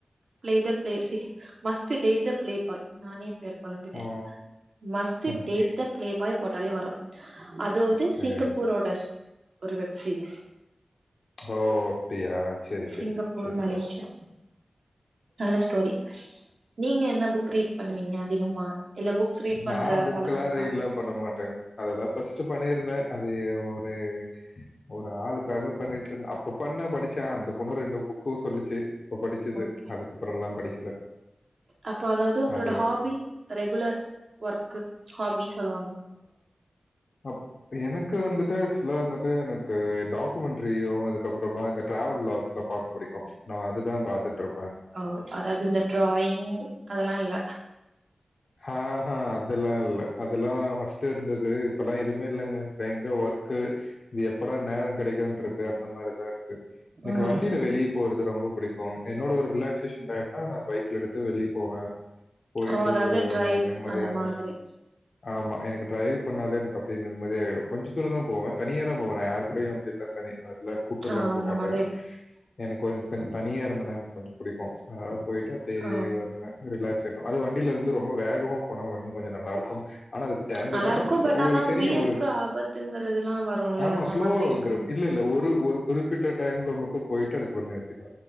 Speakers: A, on the right (about 75°); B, on the left (about 65°).
A: play the plays must date playboy நானே பேர் கொழம்பிட்டே
B: ஆ,
A: மஸ்டு
B: ம்.
A: டேட் த ப்லே பாய் போட்டாலே வரு அதோது
B: சரி
A: சிங்கப்பூரோட ஒரு வெப் சீரிஸ்
B: ஓ அப்டியா சேரி சேரி
A: சிங்கப்பூர்
B: சேரி
A: மலேசியா
B: பாக்கலா
A: நல்ல ஸ்டோரி நீங்க என்ன புக் ரீட் பண்ணுவீங்க அதிகமா இல்ல புக்ஸ் ரீட்
B: நா
A: பண்ற
B: புக்லா
A: பழக்க இருக்கா
B: ரீட்லா பண்ண மாட்டேங்க அதெல்லா பஸ்ட்டு பண்ணிருந்தே ரு ஒரு ஒரு ஆளுக்காக பண்ணிட்டுருந்த அப்ப பண்ணே படிச்சே அந்த பொண்ணு ரெண்டு புக்கு சொல்லிச்சு அப்ப படிச்சது
A: ஓகே.
B: அதுக்கப்புறல்லா படிக்கல
A: அப்போ அதாவது உங்களோட
B: அது ஒரு
A: ஹாபி ரெகுலர் ஒர்க்கு ஹாபி சொல்லுவாங்க
B: மொத் எனக்கு வந்துட்டு சின்ன வயசுல வந்துட்டு எனக்கு டாக்குமண்ட்ரியு அதுக்கப்புறமா இந்த டிராவல் விளாக்ஸ்லா பாக்க புடிக்கு ஆ அதுதா பாத்துட்டுரு
A: அ அதாது இந்த டிராயிங் அதலா இல்ல
B: ஹஹா அதுலா இல்ல அதுலா ஃபஸ்டு இருந்துது இப்பல்லா எதுமே இல்லங்க இப்ப எங்க ஒர்க்கு இது எப்படா நேர கெடை க்குன்றுக்கு அந்த மாரிதா இருக்கு எனக்கு
A: ம்.
B: வண்டில வெளிய போறது ரொம்ப பிடிக்கு என்னோட ஒரு ரிலாக்சேஷன் டைம்னா நா பைக்ல எடுத்து வெளிய போவே
A: ஓ!
B: ஒரு
A: அதாவது டிரைவ்
B: ஒரு நிம்மதியான
A: அந்த மாதிரி.
B: <inaudible> ஆமா எனக்கு டரைவ் பண்ணாலே எனக்கு அப்டியே நிம்மதியா ஆயிரு கொஞ்ச தூரந்தா போவே தனியாதா போவே நா யார்கூடயு பைக்ல தனியா <unintelligible> கூட்டுலா
A: ஆ
B: போமாட்டே
A: அந்த மாதிரி.
B: எனக்கு கொஞ்ச தனியா இருந்தனா எனக்கு கொஞ்ச புடிக்கு அதனால போயிட்டு அப்டியே
A: ஓ!
B: வருவே ரிலாக்ஸ் ஆயிரு அது வ ரொம்ப வேகமா போனா ஒன்னு கொஞ்சோ நல்லா இருக்கு ஆனா அதுக்கு டேன்ஜர்தா
A: நல்லாருக்கும். பட்
B: ஒரு
A: ஆனா
B: தெரியு
A: உயிருக்கு
B: ஒரு
A: ஆபத்துங்கிறதுலாம் வரும்ல.
B: ஆமா
A: அந்த
B: ஸ்லோவா
A: மாதிரி இருக்கும்.
B: வந்துரு இல்ல ல்ல ஒரு ஒரு குறிப்பிட்ட டைம்ல மட்டு போயிட்டு தெரக் ஒரு நேர்த்திக்கூ